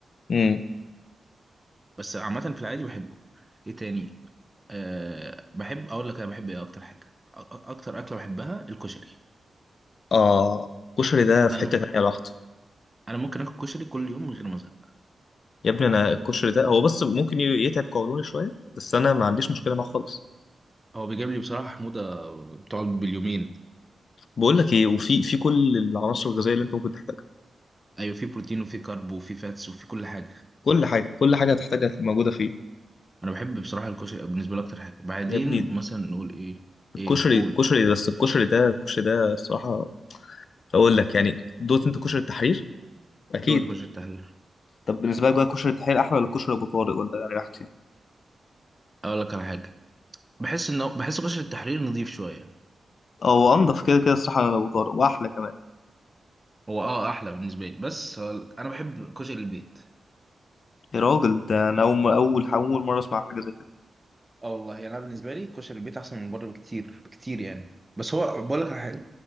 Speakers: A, on the left; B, on the right.
A: امم
B: بس عامه في العادي بحبه ايه تاني أه بحب اقول لك انا بحب ايه اكتر حاجه أ- أ- اكتر اكله بحبها الكشري
A: اه الكشري ده في
B: انا
A: حته
B: م-
A: تانيه لوحده
B: انا ممكن اكل كشري كل يوم من غير ما ازهق
A: يا ابني انا الكشري ده هو بس ممكن ي- يتعب قولوني شويه بس انا ما عنديش مشكله معاه خالص
B: هو بيجيب لي بصراحه حموضه بتقعد باليومين
A: بقول لك ايه وفي في كل العناصر الغذائيه اللي انت ممكن تحتاجها
B: ايوه في بروتين وفي كارب وفي فاتس وفي كل حاجه
A: كل حاجه كل حاجه هتحتاجها موجوده فيه
B: انا بحب بصراحه الكشري بالنسبه لي اكتر حاجه بعدين
A: يا ابني
B: مثلا نقول ايه
A: الكشري
B: ايه قول
A: الكشري بس الكشري ده الكشري ده الصراحه اقول لك يعني دوت انت كشري التحرير اكيد
B: دوت غش التحرير
A: طب بالنسبه لك بقى كشري التحرير احلى ولا كشري ابو طارق ولا يعني راحتي
B: اقول لك على حاجه بحس ان بحس غش التحرير نظيف شويه
A: او انضف كده كده الصراحه من ابو طارق واحلى كمان
B: هو اه احلى بالنسبه لي بس هقول لك، انا بحب كشري البيت
A: يا راجل ده انا اول اول اول مره اسمع حاجه زي كده
B: اه والله يعني انا بالنسبه لي كشري البيت احسن من بره بكتير بكتير يعني بس هو بقول لك على حاجه